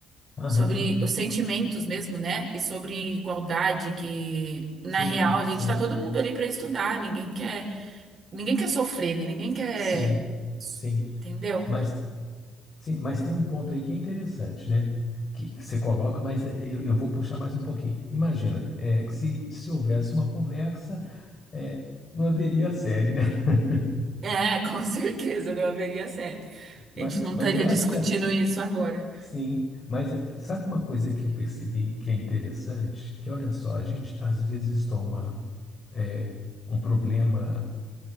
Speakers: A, on the left; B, on the right.
A: Aham,
B: sobre os sentimentos mesmo, né? E sobre igualdade, que na
A: Sim,
B: real a gente
A: sim,
B: está todo mundo ali para estudar, ninguém quer, ninguém quer sofrer, né? Ninguém quer.
A: sim, sim.
B: Entendeu?
A: Mas, sim, mas tem um ponto aí que é interessante, né? Que você coloca, mas é, eu, eu vou puxar mais um pouquinho. Imagina, é, que se, se houvesse uma conversa, é, não haveria série, né? <laughs>
B: É, <laughs> com certeza, não haveria série. A
A: Mas,
B: gente não estaria
A: mas eu acho
B: discutindo
A: que é,
B: isso agora.
A: sim. Mas é, sabe uma coisa que eu percebi que é interessante? Que olha só, a gente às vezes toma é, um problema.